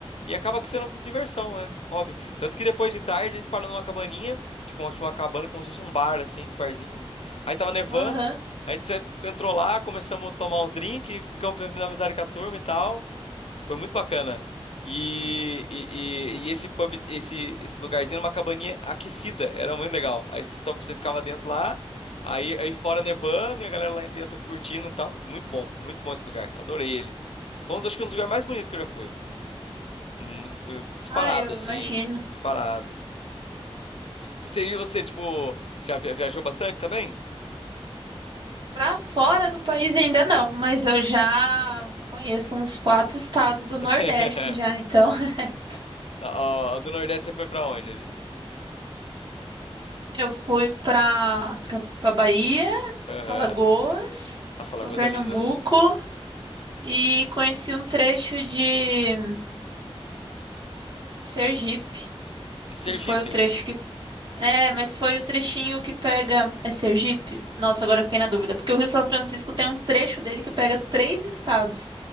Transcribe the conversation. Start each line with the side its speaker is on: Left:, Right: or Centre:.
Left: e acaba que sendo diversão, é, hobby. Tanto que depois de tarde a gente parou numa cabaninha, tipo, uma, uma cabana como se fosse um bar assim, um barzinho. Aí tava nevando,
Right: Aham.
Left: a gente se- entrou lá, começamos a tomar uns drinks, ficamos fazendo amizade com a turma e tal. Foi muito bacana. E, e, e- e esse pub, esse, esse lugarzinho era uma cabaninha aquecida, era muito legal. Aí você, to- você ficava dentro lá, aí, aí fora nevando e a galera lá dentro curtindo e tal. Muito bom, muito bom esse lugar. Adorei ele. Foi um dos, acho que um dos lugares mais bonitos que eu já fui. Hum, eh, Disparado,
Right: Ah, eu
Left: assim.
Right: imagino.
Left: Disparado. Você, e você, tipo, já via- viajou bastante também?
Right: Pra fora do país ainda não, mas eu já conheço uns quatro estados do Nordeste
Left: <laughs>
Right: já, então <laughs>
Left: Ó, Do Nordeste você foi pra onde ali?
Right: eu fui pra pra, pra Bahia,
Left: Aham.
Right: pra Lagoas,
Left: Nossa, Alagoas
Right: pra Pernambuco
Left: é linda, né?
Right: e conheci um trecho de Sergipe,
Left: De Sergipe,
Right: que foi o trecho que É, mas foi o trechinho que pega. É Sergipe? Nossa, agora eu fiquei na dúvida. Porque o Rio São Francisco tem um trecho dele que pega três estados.